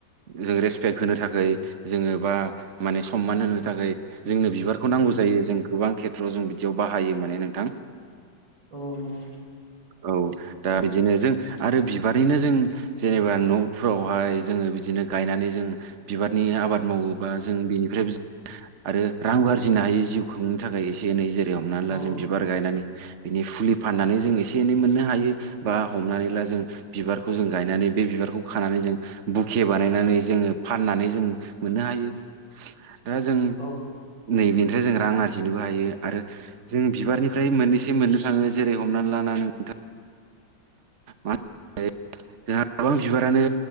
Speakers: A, on the right (about 45°); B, on the right (about 80°).
A: जों रेसपेक्ट होनो थाखाय जोङो बा माने सनमान होनो थाखाय जोंनो बिबारखौ नांगौ जायो जों गोबां गोबां खेथ्र'आव जों बिदियाव बाहायो माने नोंथां
B: औ नंगौ
A: औ दा बिदिनो जों आरो बिबारनिनो जों जेनेबा न'फ्रावहाय जोङो बिदिनो गायनानै जों बिबारनि आबाद मावोबा जों बेनिफ्राय आरो रांबो आरजिनो हायो जिउ खुंनो थाखाय एसे एनै जेरै हमनानै ला
B: औ
A: जों बिब बिबार गायनानै बिनि फुलि फाननानै जों एसे एनै मोननो हायो बा हमनानै ला जों बिबार खौ जों गायनानै बे बिबारखौ खानानै जों बुखे बानायनानै जोङो फाननानै जों मोननो हायो।
B: <inaudible>
A: दा जों
B: औ
A: नैबेनिफ्राय जों रां आरजिनोबो हायो आरो जों बिबारनिफ्राय मोननैसो मोननो थाङो जेरै हमनानै लाना नोंथां मा <unintelligible> जोंहा गोबां बिबारानो